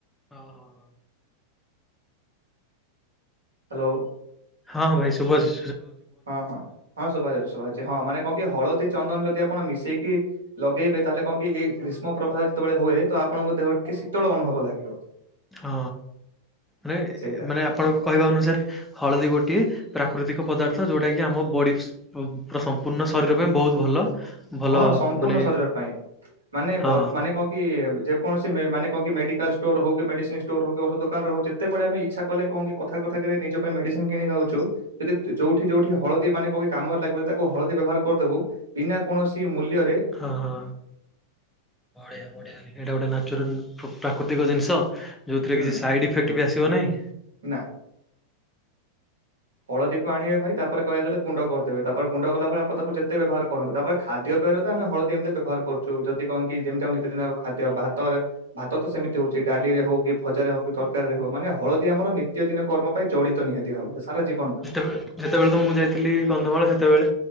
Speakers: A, in the centre; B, on the right.
A: ହଁ ହଁ ହଁ।
B: ହ୍ୟାଲୋ।
A: ହଁ ହଁ ଭାଇ ଶୁଭୁଜି।
B: ହଁ ହଁ ହଁ ଶୋଭା ଯାଉଛି ଶୋଭା ଅଛି ହଁ ମାନ କଣ କି ହଳଦୀ ଚନ୍ଦନ ଯଦି ଆପଣ ମିଶେଇକି ଲଗେଇବେ ତାହେଲେ କଣ କି ଏଇ ଗ୍ରୀଷ୍ମ ପ୍ରବାହ ଯେତେବେଳେ ହୁଏ ତ ଆପଣଙ୍କ ଦେହ ଟିକେ ଶୀତଳ ଅନୁଭବ ଲାଗିବ।
A: ହଁ ମାନେ
B: ସେଇଟା।
A: ମାନେ ଆପଣଙ୍କ କହିବା ଅନୁସାରେ ହଳଦୀ ଗୋଟେ ଗୋଟିଏ ପ୍ରାକୃତିକ ପଦାର୍ଥ ଯୋଉଟା କି ଆମ ବଡି ସମ୍ପୂର୍ଣ୍ଣ ଶରୀର ପାଇଁ ବହୁତ ଭଲ। ଭଲ
B: ହଁ ସମ୍ପୂର୍ଣ୍ଣ
A: ମାନେ
B: ଶରୀର ପାଇଁ ମାନେ
A: ହଁ
B: ମାନେ କଣ କି ଯେକୌଣସି ମାନେ କଣ କି ମେଡିକାଲ ଷ୍ଟୋର ହଉ ମେଡିସିନ ଷ୍ଟୋର ହଉ କି ଔଷଧ ଦୋକାନ ହଉ ଯେତେବେଳ ଆମେ ଇଚ୍ଛା କଲେ କଣ କି କଥା କ ନିଜ ପାଇଁ କିଣିନଉଛୁ ଯଦି ଯୋଉଠି ଯୋଉଠି ହଳଦୀ ମାନେ କ କାମରେ ଲାଗୁ ତାକୁ ହଳଦୀ ବ୍ୟବହାର କରିଦବୁ ବିନା କୌଣସି ମୂଲ୍ୟ
A: ହଁ ହଁ ବଢିଆ ଏଇଟା ଗୋଟେ ନେଚୁରାଲ ପ ପ୍ରାକୃତିକ ଜିନିଷ ଯେଉଁଥିରେ
B: ହୁଁ
A: କିଛି ସାଇଡ଼୍ ଇଫେକ୍ଟ ବି ଆସିବ ନାହିଁ
B: ନା, ହଳଦୀକୁ ଆଣିବେ ଭାଇ ତାପରେ କହିଆକୁ ଗଲେ ଗୁଣ୍ଡ କରିଦେବେ ତାପରେ ଗୁଣ୍ଡ କଲା ପରେପ ତାକୁ ଯେତେ ବ୍ୟବହାର କରନ୍ତୁ ତାପରେ ଖାଦ୍ୟ ଆମେ ହଳଦୀ ଏମିତି ବ୍ୟବହାର କରଛୁ ଯଦି କଣ କି ଯେମିତି ଆମ ନିିତି ଦିନଉ ଖାଦ୍ୟ ଭାତରେ ଭାତ ତ ସେମତି ହଉଛି ଡାଲିରେ ହଉ କି ଭଜାରେ ହଉ କି ତରକାରୀରେ ହଉ ମାନେ ହଳଦୀ ଆମର ନିତ୍ୟ ଦିନ କର୍ମ ପାଇଁ ଜଡିତ ନିହାତି ଭାବରେ ସାରା ଜୀବନ ପାଇଁ।
A: ଯେତେବେଳେ ଯେତେବେଳେ ତ ମୁଁ ଯାଇଥିଲି କନ୍ଧମାଳ ସେତେବେଳେ